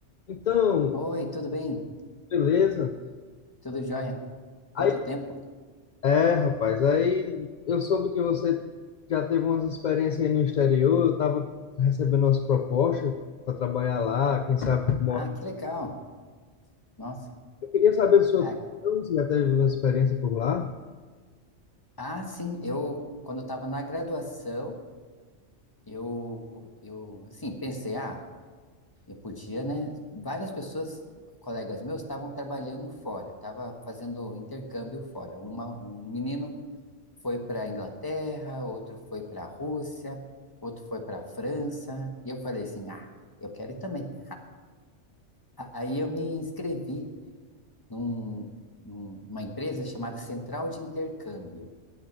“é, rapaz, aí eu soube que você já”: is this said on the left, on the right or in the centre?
Left